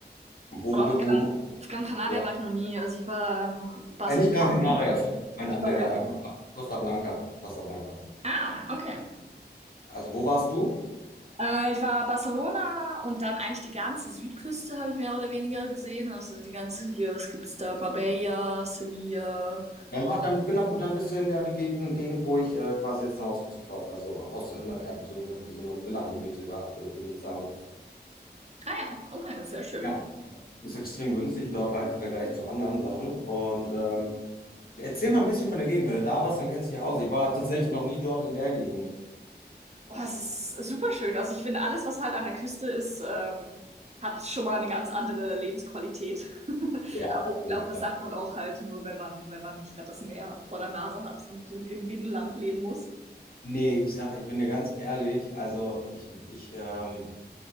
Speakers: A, on the left; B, on the right.
A: Wo,
B: Aber
A: wo,
B: auf Gran,
A: wo
B: auf Gran Canaria
A: ja.
B: war ich noch nie. Also ich war ähm, Barcelona
A: Äh, nicht Gran
B: und
A: Canaria,
B: halt
A: sorry. Nein,
B: die
A: an
B: Balearen.
A: der äh, Costa, Costa Blanca. Costa Blanca.
B: Ah, okay.
A: Also wo warst du?
B: Äh, ich war Barcelona und dann eigentlich die ganze Südküste habe ich mehr oder weniger gesehen. Also die ganze hier, was gibt's da? Marbella, Sevilla.
A: Dann war dann, genau, dann bist du in der Gegend, Gegend wo ich äh, quasi jetzt ein Haus gekauft, also Haus, äh, ne, äh, so eine, so eine Villa angemietet, ha- äh, gemietet habe.
B: Ah ja, okay, sehr schön.
A: Ja, ist extrem günstig dort halt im Vergleich zu anderen Sachen. Und ähm, erzähl mal ein bisschen von der Gegend. Wenn du da warst, dann kennst du dich ja aus. Ich war tatsächlich noch nie dort in der Gegend.
B: Oh, es ist super schön. Also ich finde, alles, was halt an der Küste ist, ähm, hat schon mal eine ganz andere Lebensqualität. <laughs> Aber
A: Ja, auf
B: ich
A: jeden
B: glaube, das
A: Fall.
B: sagt man auch halt nur, wenn man, wenn man nicht gerade das Meer vor der Nase hat und im, im Binnenland leben muss.
A: Nee, ich sage, ich bin dir ganz ehrlich, also ich, ich ähm,